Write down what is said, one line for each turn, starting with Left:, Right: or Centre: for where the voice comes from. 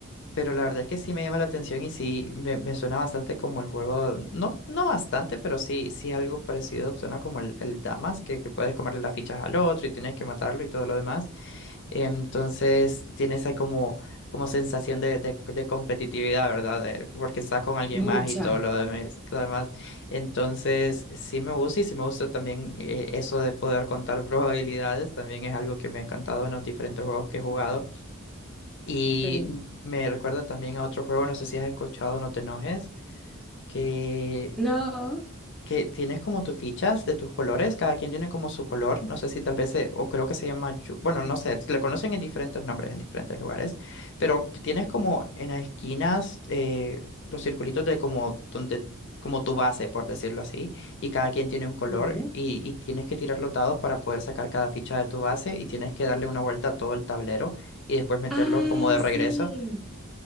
Left: Pero la verdad es que sí me llama la atención y sí me, me suena bastante como el juego, no, no bastante, pero sí, sí algo parecido, suena como el, el Damas, que, que puedes comerle las fichas al otro y tienes que matarlo y todo lo demás. Entonces tiene esa como, como sensación de, de, de competitividad, ¿verdad? De- porque estás con alguien
Centre: mucha.
Left: más y todo lo demás, lo demás. Entonces sí me gusta y sí me gusta también eh, eso de poder contar probabilidades, también es algo que me ha encantado en los diferentes juegos que he jugado. Y
Centre: Sí.
Left: me recuerda también a otro juego, no sé si has escuchado, no te enojes, que,
Centre: No.
Left: que tienes como tus fichas de tus colores, cada quien tiene como su color, no sé si tal vez, se- o creo que se llama, yu- bueno, no sé, le conocen en diferentes nombres, en diferentes lugares, pero que tienes como en las esquinas eh, los circulitos de como donde... como tu base, por decirlo así, y cada quien tiene un color
Centre: Sí.
Left: y, y tienes que tirar los dados para poder sacar cada ficha de tu base y tienes que darle una vuelta a todo el tablero y después meterlos
Centre: Ah,
Left: como de regreso
Centre: sí.